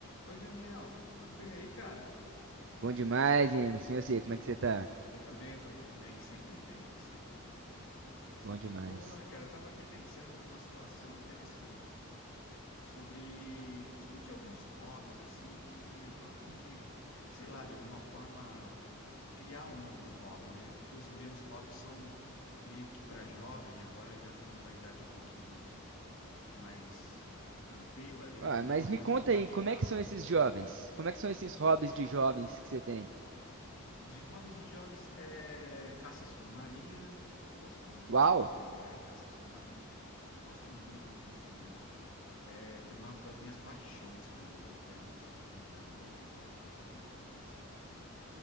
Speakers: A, on the left; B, on the right.
A: Oi, Daniel, tudo bem aí, cara?
B: Bom demais, Emerson. E você, como é que você tá?
A: Eu também, eu tô muito bem, sempre bem, sempre bem, graças a Deus.
B: Bom demais.
A: Porra, cara, eu tava aqui pensando numa situação interessante sobre discutir alguns hobbies, assim, o que que eu tô a fim de, sei lá, de alguma forma criar um novo hobby, né? Porque os meus hobbies são meio que para jovem, agora eu já tô numa idade um pouquinho mais tranquila e eu
B: Ah,
A: não queria
B: mas
A: uma coisa
B: me conta
A: tão radical.
B: aí, como é que são esses jovens? Como é que são esses hobbies de jovens que você tem?
A: De hobbies de jovens é caça submarina. Eu gosto muito
B: Uau!
A: de pes- é, caça submarina. Eu gosto muito disso, Daniel. É, foi uma das minhas paixões quando eu- até meus 30 anos, ou até um pouco menos, 25 sei lá,